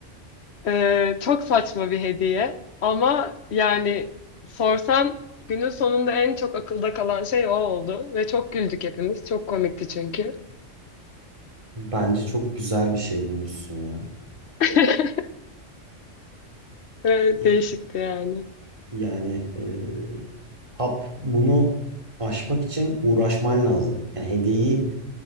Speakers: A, on the left (about 60°); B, on the right (about 25°).
A: Ee, çok saçma bir hediye ama yani sorsan günün sonunda en çok akılda kalan şey o oldu ve çok güldük hepimiz. Çok komikti çünkü.
B: Bence çok güzel bir şey bulmuşsun ya.
A: <laughs> Ee,
B: Ya-
A: Değişikti yani.
B: Yani e, hap bunu aşmak için uğraşman lazım. Yani hediyeyi